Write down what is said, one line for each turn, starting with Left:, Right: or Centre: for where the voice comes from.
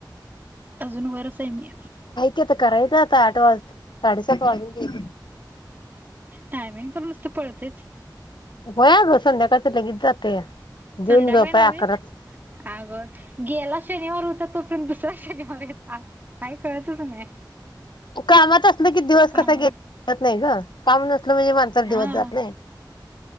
Right: अजून वरच आहे मी.
Left: तिथं करायच आता आठ वाजले, साडेसात वाजून गेले.
Right: टायमिंग पण नुसत पळतयच.
Left: व्हयं अगं संध्याकाळच लगीच जातया. जेऊन
Right: संध्याकाळी
Left: झोप
Right: नवे.
Left: आहे अकराच
Right: अगं गेला शनिवार होता, तोपर्यंत दुसरा शनिवार येतो. काय कळतच नाही.
Left: कामात असलं की दिवस
Right: कामा
Left: कसा गेला ते कळत नाही गं काम नसलं म्हणजे माणसाला
Right: हा
Left: दिवस जात नाही